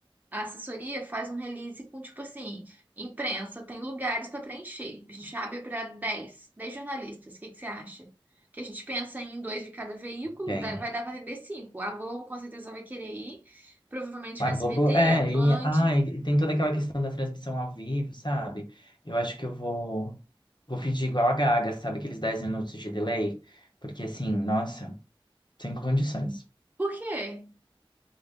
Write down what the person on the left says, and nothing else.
Quem?
A
Globo, é,
e ai, tem toda aquela questão da transmissão ao vivo, sabe? Eu acho que eu vou vou pedir igual a Gaga, sabe? Aqueles 10 minutos de delay, porque assim, nossa, sem condições.